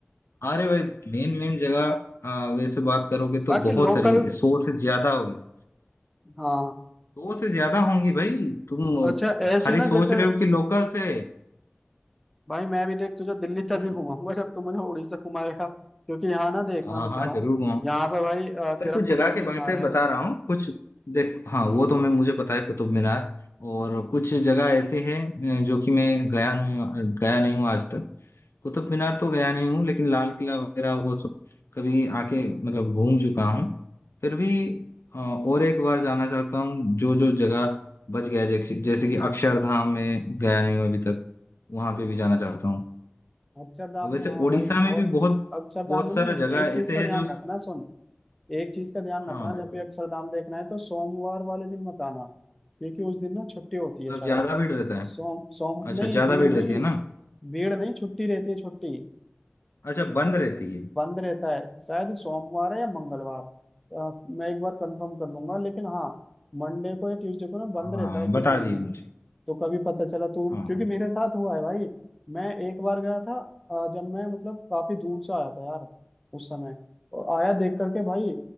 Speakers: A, on the left; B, in the centre.
A: हाँ, अरे भाई मेन मेन जगह आ, वैसे बात करोगे तो
B: बाकी
A: बहुत
B: लोकल्स
A: सारी सौ से ज्यादा होगी
B: हाँ
A: सौ से ज्यादा होंगी भाई तुम
B: अच्छा ऐसे
A: खाली
B: ही ना
A: सोच
B: जैसे
A: रहे हो कि लोकल से
B: भाई मैं भी देख तुझे दिल्ली तभी
A: तुम
B: घुमाऊंगा जब तू मुझे उड़ीसा घुमाएगा क्योंकि यहाँ ना देख
A: हाँ
B: मैं बता
A: हाँ
B: रहा
A: जरूर
B: हूँ
A: घुमाओ
B: यहाँ पे भाई अ,
A: पर
B: तेरा
A: कुछ
B: कुतुब
A: जगह के
B: मीनार
A: बातें
B: है
A: बता रहा हूँ कुछ देख हाँ वो तो मैं मुझे पता है कुतुब मीनार और कुछ जगह ऐसे हैं अ, जो कि मैं गया नहीं गया नहीं हूँ आज तक कुतुब मीनार तो गया नहीं हूँ लेकिन लाल किला वगैरह वो सब कभी आके मतलब घूम चुका हूँ फिर भी अ, और एक बार जाना चाहता हूँ जो जो जगह बच गया है, जैसे जैसे कि अक्षरधाम में गया नहीं हूँ अभी तक वहां पे भी जाना चाहता हूँ
B: अक्षरधाम
A: और वैसे
B: में हाँ
A: उड़ीसा
B: भाई बहुत
A: में भी बहुत
B: अक्षरधाम
A: बहुत
B: में
A: सारा
B: ना एक,
A: जगह
B: एक चीज
A: ऐसे
B: का
A: है
B: ध्यान
A: जो
B: रखना सुन एक चीज का ध्यान
A: हाँ
B: रखना
A: भाई
B: जब भी अक्षरधाम देखना है तो सोमवार वाले दिन मत आना क्योंकि उस दिन ना छुट्टी होती
A: मतलब
B: है शायद
A: ज्यादा भीड़ रहता है
B: सोम सोम
A: अच्छा
B: नहीं
A: ज्यादा
B: भीड़
A: भीड़
B: नहीं
A: रहती है ना
B: भीड़ नहीं छुट्टी रहती है छुट्टी
A: अच्छा बंद रहती है
B: बंद रहता है शायद सोमवार है या मंगलवार अ, मैं एक बार कंफर्म कर लूंगा लेकिन हाँ मंडे को या ट्यूसडे को ना
A: हाँ
B: बंद रहता है किसी
A: बता
B: एक
A: दिए
B: दिन
A: मुझे
B: तो कभी पता चला तो
A: हाँ
B: क्योंकि
A: हाँ
B: मेरे साथ हुआ है भाई मैं एक बार गया था अ, जब मैं मतलब काफी दूर से आया था यार उस समय और आया देख करके भाई